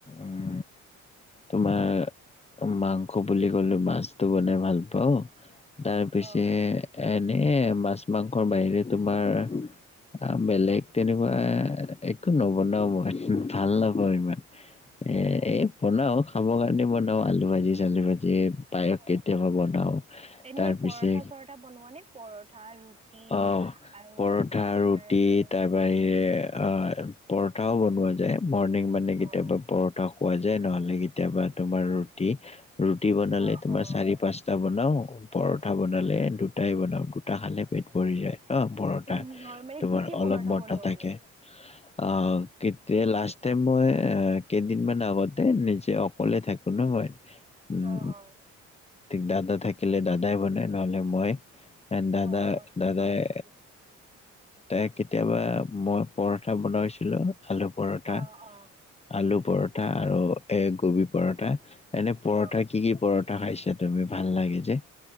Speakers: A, on the left; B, on the right.
A: উম
B: <inaudible>
A: তোমাৰ মাংস বুলি কলো মাছটো বনাই ভাল পাও। তাৰপিছে
B: অ
A: এনে মাছ মাংসৰ বাহিৰে তোমাৰ বেলেগ তেনেকুৱা এ এক নবনাও মই ভাল নাপাওঁ ইমান এ
B: অ
A: এই বনাও খাবৰ কাৰণে বনাও আলু ভাজি চালু ভাজি। পায়স
B: অ
A: কেতিয়াবা
B: অ
A: বনাও
B: এনেই
A: তাৰ
B: পৰঠা
A: পিছে
B: চৰঠা বনোৱা নে পৰঠা, ৰুটি
A: অ',
B: আৰু
A: পৰঠা,
B: তোমাৰ
A: ৰুটি
B: সেই
A: তাৰ বাহিৰে অ', পৰঠাও বনোৱা যায় মৰ্ণিং মানে কেতিয়াবা
B: অ
A: পৰঠা খোৱা যায় নহ'লে কেতিয়াবা তোমাৰ ৰুটি, ৰুটি বনালে
B: অ
A: তোমাৰ
B: অ
A: চাৰি পাঁচ বনাওঁ। পৰঠা বনালে দুটাই বনাওঁ, দুটা খালে পেট ভৰি যায়। অ', পৰঠা,
B: উম হয় মানে
A: তোমাৰ
B: কি কি
A: অলপ
B: পৰঠা
A: মৰটা
B: বনোৱা
A: থাকে।
B: <inaudible>
A: অ', কেতিয়া লাষ্ট টাইম মই কেইদিন মান আগতে নিজে অকলে থাকো ন মই। উম
B: অ অ
A: দাদা থাকিলে দাদাই বনাই নহ'লে মই এ, দাদা
B: অ
A: দাদায়ে
B: হয় নেকি
A: তাই কেতিয়াবা, মই পৰঠা বনাইছিলো আলু পৰঠা
B: অ অ
A: আলু পৰঠা আৰু এ কবি পৰঠা। এনে পৰঠা
B: অ
A: কি কি পৰ খাইছা তুমি ভাল লাগে যে?